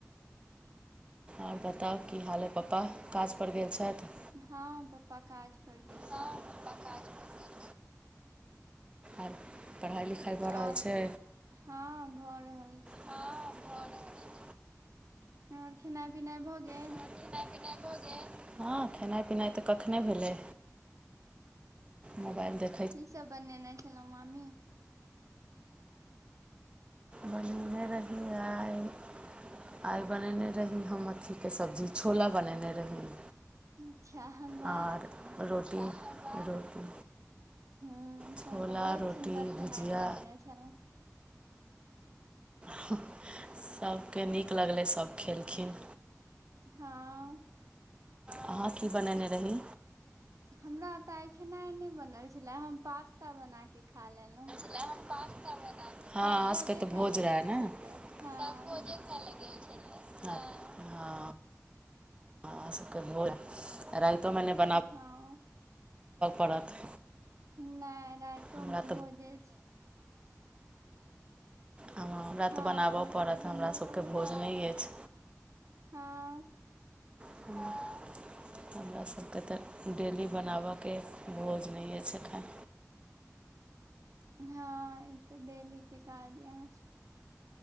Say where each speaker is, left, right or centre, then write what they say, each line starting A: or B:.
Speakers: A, on the right (about 20°); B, on the right (about 75°).
A: आओर बताउ की हाल अय पप्पा काज पर गेल छथि।
B: हँ पप्पा काज पर गेल
A: हँ
B: छथि
A: पप्पा काज पर गेल आर पढ़ाइ लिखाइ भऽ
B: आओर
A: रहल छै
B: हँ भऽ रहल छै।
A: हँ भऽ रहल
B: आओर खेनाइ पिनाइ भऽ गेल।
A: छै खेनाइ पिनाइ भ गेल हँ खेनाय पिनाइ तऽ कत कखने भेलै मोबाइल देख
B: की सब बनेने छलौं मामी।
A: बनने रहि आइ आइ बनेने रही हम अथीके सब्जी छोला बनेने रही
B: अच्छा वाह
A: आर रोटी रोटी
B: हूँ
A: छोला
B: तहन तऽ बहुत
A: रोटी
B: सुन्दर खेनाइ
A: भुजिया
B: बनेने छलहुँ
A: हूं सभके नीक लगलै सब खेलखिन
B: हँ
A: अहाँ की बनेने रही
B: हमरा एतऽ आइ खेनाइ नहि बनल छलए हम पास्ता बना कऽ खा लेलहुँ।
A: आइ पास्ता बनाके हँ
B: सब
A: अहाँ
B: भोजे
A: सभके तऽ
B: खाय
A: भोजन
B: ले
A: रहे
B: गेल
A: ने
B: छलथि
A: सब
B: हँ
A: भोजे खाइ ले हं हं अहाँ सभके भोज आ राइतोमे नै <inaudible> बना
B: हँ
A: पड़त
B: न नाय राइतोमे
A: हमरा
B: भोजे छै
A: हँ हमरा
B: हँ
A: तऽ बनाबय
B: अहाँके
A: पड़त
B: तऽ बनबऽ
A: हमरा सभके
B: पड़त
A: भोज नय ऐछ
B: हँ
A: <inaudible> हमरा सके तऽ डेली बनाबऽके भोज नहिए छैै
B: हँ ई तऽ डेली के काज यै अहाँ सभकेँ